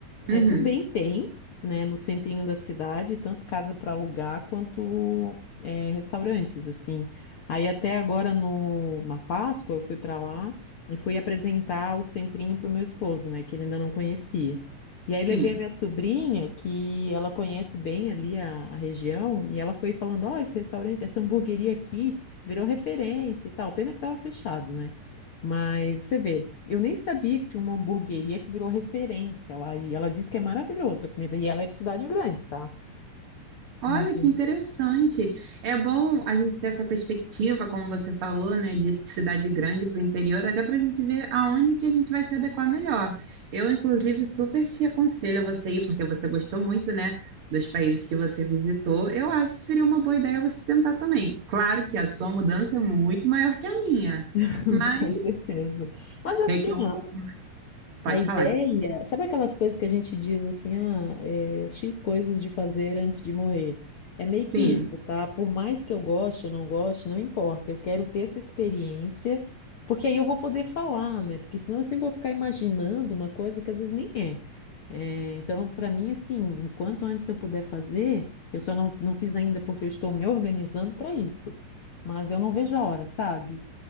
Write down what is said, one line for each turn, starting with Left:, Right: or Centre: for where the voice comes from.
Left: é,
Right: Uhum,
Left: também tem, né, no centrinho da cidade, tanto casa para alugar quanto é, restaurantes, assim. Aí até agora, no, na Páscoa, eu fui para lá e fui apresentar o centrinho para o meu esposo, né, que ele ainda não conhecia. E aí
Right: sim.
Left: levei a minha sobrinha, que ela conhece bem ali a, a região, e ela foi falando, ó, esse restaurante, essa hamburgueria aqui, virou referência e tal. Pena que tava fechado, né? Mas você vê, eu nem sabia que tinha uma hamburgueria que virou referência lá. E ela disse que é maravilhosa a comida. E ela é de cidade grande, tá?
Right: Olha
Left: Uhum.
Right: que interessante. É bom a gente ter essa perspectiva, como você falou, né, de cidade grande para o interior, até para a gente ver aonde que a gente vai se adequar melhor. Eu, inclusive, super te aconselho a você ir, porque você gostou muito, né, dos países que você visitou. Eu acho que seria uma boa ideia você tentar também. Claro que a sua mudança é muito maior que a minha,
Left: <laughs>
Right: mas
Left: Com certeza. Mas assim,
Right: requer um
Left: ó,
Right: pouco. Pode
Left: A ideia,
Right: falar disso.
Left: sabe aquelas coisas que a gente diz assim, ah, é, X coisas de fazer antes de morrer? É meio
Right: Sim,
Left: que isso, tá? Por mais que eu goste ou não goste, não importa. Eu quero ter essa experiência, porque aí eu vou poder falar, né? Porque senão eu sempre vou ficar imaginando uma coisa que às vezes nem é. É, então, para mim, assim, o quanto antes eu puder fazer, eu só não, não fiz ainda porque eu estou me organizando para isso. Mas eu não vejo a hora, sabe?